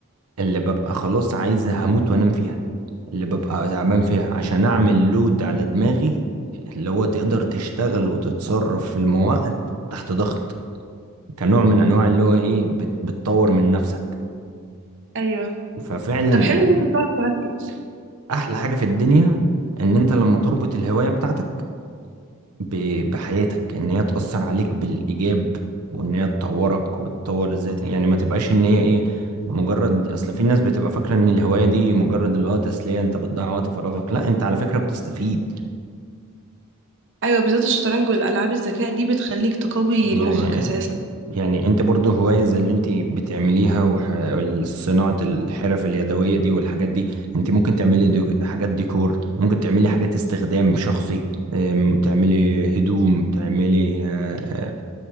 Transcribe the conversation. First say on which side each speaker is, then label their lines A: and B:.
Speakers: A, on the right; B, on the right.
A: اللي ببقى خلاص عايز هموت وأنام فيها اللي ببقى تعبان فيها عشان أعمل لود على دماغي اللي هو تقدر تشتغل وتتصرف في المواقف تحت ضغط كنوع من أنواع اللي هو إيه بت- بتطور من نفسك
B: ايوه
A: ففعلا
B: طب حلو
A: يعني
B: ان انت بتعرف تركز
A: احلى حاجه في الدنيا ان انت لما تربط الهوايه بتاعتك ب- بحياتك ان هي تاثر عليك بالايجاب وان هي تطورك وتطور ذاتك يعني ما تبقاش ان هي ايه مجرد اصل في ناس بتبقى فاكره ان الهوايه دي مجرد اللي هو تسليه انت بتضيع وقت فراغك لا انت على فكره بتستفيد
B: ايوه بالذات الشطرنج والالعاب الذكاء دي بتخليك تقوي
A: يعني
B: مخك اساسا
A: يعني انت برضو هواية زي اللي انت بتعمليها وح- وصناعة الحرف اليدوية دي والحاجات دي انت ممكن تعملي دي حاجات ديكور ممكن تعملي حاجات استخدام شخصي ام، تعملي هدوم تعملي اه،